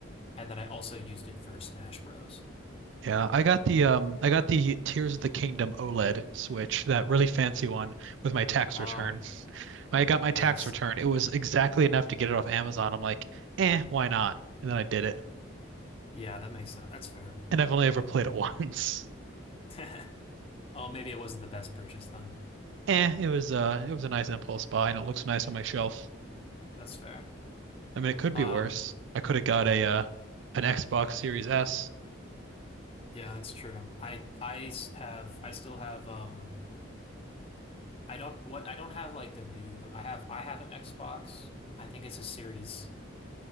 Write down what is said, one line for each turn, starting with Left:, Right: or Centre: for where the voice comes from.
Left: And then I also used it for Smash Bros.
Right: Yeah, I got the um I got the Tears of the Kingdom OLED Switch, that really fancy one with my tax
Left: Oh,
Right: return. When I got my
Left: nice.
Right: tax return. It was exactly enough to get it off Amazon. I'm like, "Eh, why not?" And then I did it.
Left: Yeah, that makes sense. That's fair.
Right: And I've only ever played it <laughs> once.
Left: <laughs> Oh, maybe it wasn't the best purchase then.
Right: Eh, it was uh it was a nice impulse buy and it looks nice on my shelf.
Left: That's fair.
Right: I mean, it could
Left: Um,
Right: be worse. I could have got
Left: yeah.
Right: a uh an Xbox Series S.
Left: Yeah, that's true. I I s- have I still have um I don't what I don't have like the new I have I have an Xbox. I think it's a series